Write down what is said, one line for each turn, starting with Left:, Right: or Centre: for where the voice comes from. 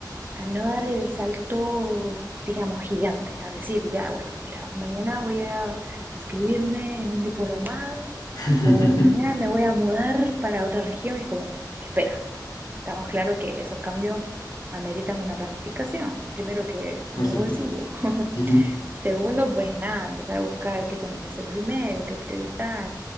Right: a no dar el salto, digamos, gigante, a decir, ya, bueno, mira, mañana voy a inscribirme en un diplomado
Left: <laughs>
Right: o mañana me voy a mudar para otra región. Es como, espera, Estamos claro que esos cambios ameritan una planificación. Primero que
Left: Por
Right: en el
Left: supuesto.
Right: bolsillo. <laughs>
Left: Ujú.
Right: Y segundo, pues nada, empezar a buscar qué tengo que hacer primero, qué priorizar,